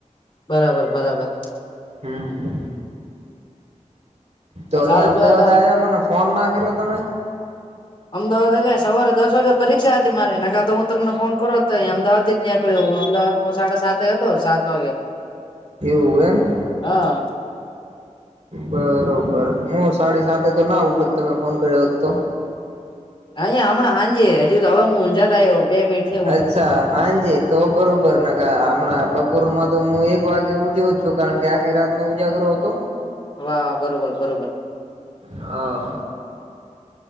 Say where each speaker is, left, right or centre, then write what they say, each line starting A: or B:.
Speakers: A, on the left; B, on the right.
A: બરાબર બરાબર.
B: હમ, તો અહીયાં
A: સારું
B: અમદાવાદ
A: કેવાય તમે
B: આવ્યા મને ફોન ના કર્યો તમે?
A: અમદાવાદ એલે સવારે દસ વાગે પરીક્ષા હતી મારેનેખા તો હું તને ફોન કરો તો અહીં અમદાવાદથી જ યાં નીકળ્યો હું અમદાવાદ સાડા સાત હતો સાત વાગે.
B: એવું એમ.
A: હા.
B: બરોબર હું સાડી સાતે તો ના ઉઠોત તમે ફોન કર્યો હોત તો.
A: અહી હમણા હાજ હજજી તો હવે હું ઊંઝા થાય. બે મિનિટ થઈ
B: અચ્છા હા જ. તો બરોબર ને ક હમણાં બપોરમાં તો હું એક વાગે ઉઠ્યો જ છું કારણ કે આખી રાતનો ઉજાગરો હતો.
A: વા વા બરોબર બરોબર.
B: હા,